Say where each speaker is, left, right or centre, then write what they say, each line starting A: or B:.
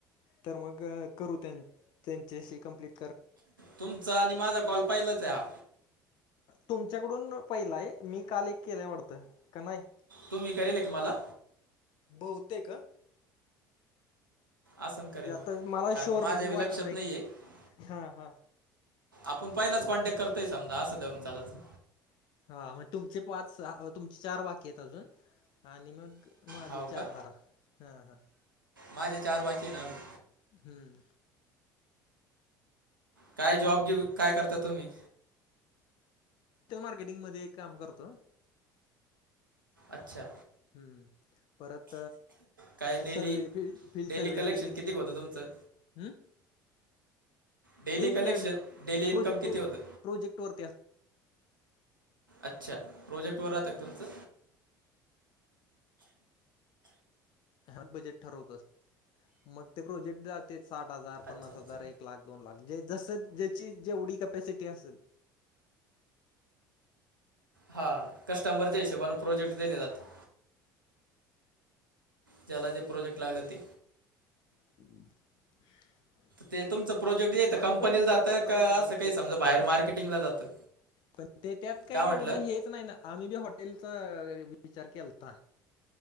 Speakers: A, on the left (about 45°); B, on the right (about 80°).
A: तर मग करू त्यां त्यांच्याशी कम्प्लीट.
B: तुमचा आणि माझा कॉल पाहिलाच आहे हा.
A: तुमच्याकडून पहिला हाय मी काल एक केलंय वाटतं का नाही.
B: तुम्ही करेल एक मला?
A: बहुतेक ह
B: असं करेल
A: जे
B: मग
A: आता मला
B: कारण
A: श्योर
B: माझ्या बी
A: वाटत
B: लक्षात
A: नाही
B: आहे
A: हा हा.
B: आपण पहिलाच कॉन्टॅक्ट करतोय समजा असं धरून चालाचं.
A: हा म तुमचे पाच सहा तुमचे चार बाकी आहेत अजून आणि मग माझे
B: हाव
A: चार
B: का
A: धरा हा हा
B: माझ्या चार बाकी आहे ना अजून.
A: हम्म.
B: काय जॉब गेप काय करता तुम्ही?
A: टल मार्केटिंगमध्ये एक काम करतो.
B: अच्छा
A: हम्म. परत
B: काय daily
A: survey fill field
B: daily
A: survey
B: कलेक्शन
A: आणि इलेक्शन
B: किती होतं
A: हम्म.
B: तुमचं डेली कलेक्शन
A: नाही
B: डेली इन्कम किती होतं?
A: प्रोजेक्ट वरती
B: अच्छा प्रोजेक्ट वर राहतात तुमचं.
A: हा बजेट ठरवत मग ते प्रोजेक्ट जाते साठ हजार पन्नास
B: अच्छा अच्छा
A: हजार एक एक लाख दोन लाख जे जस ज्याची जे एवढी कपॅसिटी असेल
B: हा कस्टंबरच्या हिशेबाने प्रोजेक्ट दिले जातात. ज्याला जे प्रोजेक्ट लागले ती.
A: <inaudible>
B: ते तुमचं प्रोजेक्ट येता
A: आम्ही
B: कंपनीला
A: पण विचार
B: जातं
A: केलता
B: का
A: बरं
B: बाहेर
A: हॉटेलिंगचा
B: असं मार्केटींग ला जातं
A: पण ते त्यात काय
B: का म्हटलं
A: एवढं हेच नाही ना आम्ही बी हॉटेलचा विचार केलता